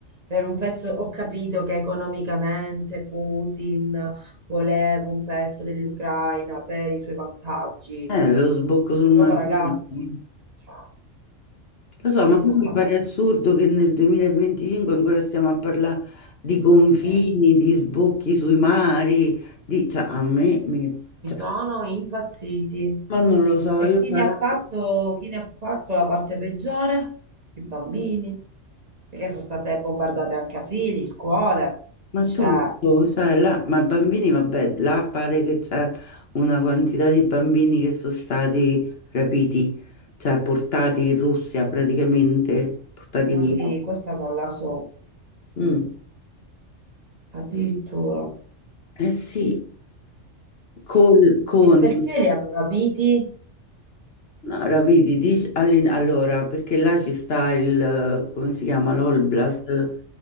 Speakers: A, on the right; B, on the left.
A: Per un pezzo ho capito che economicamente Putin voleva un pezzo dell'Ucraina per i suoi vantaggi.
B: Eh, lo sbocco sul
A: Però
B: margine.
A: ragazzi,
B: Lo
A: cioè, questi
B: so, ma
A: sono
B: non mi
A: pazz-
B: pare assurdo che nel 2025 ancora stiamo a parlare di confini,
A: eh,
B: di sbocchi sui mari, di... cioè, a me, mi-
A: mi
B: cioè,
A: sono impazziti.
B: ma non lo so,
A: E
B: io
A: chi
B: sarà...
A: ne ha fatto, chi ne ha fatto la parte peggiore? I bambini, perché sono state bombardate anche asili, scuole.
B: Ma
A: Cioè,
B: tutto, sai, là, ma bambini, vabbè, là pare che c'è una quantità di bambini che sono stati rapiti, cioè portati in Russia praticamente, portati
A: Ma
B: via.
A: sì, questa non la so,
B: Mm.
A: addirittura.
B: Eh sì, col-
A: <gasps>
B: con
A: E perché li hanno rapiti?
B: No, rapidi, dici, all'in- allora, perché là ci sta il, come si chiama, l'Oblast,